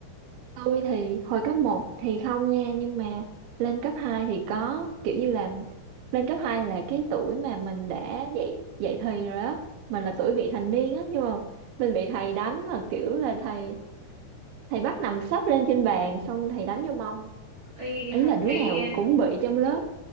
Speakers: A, on the right; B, on the right.
A: tôi thì hồi cấp một thì không nha nhưng mà lên cấp 2 thì có kiểu như là lên cấp 2 là cái tuổi mà mình đã dậy dậy thì rồi á mình là tuổi vị thành niên á nhưng mà mình bị thầy đánh mà kiểu là thầy thầy bắt nằm sấp lên trên bàn xong thầy đánh vô mông
B: y hơi
A: ý là đứa
B: kỳ
A: nào
B: nha
A: cũng bị trong lớp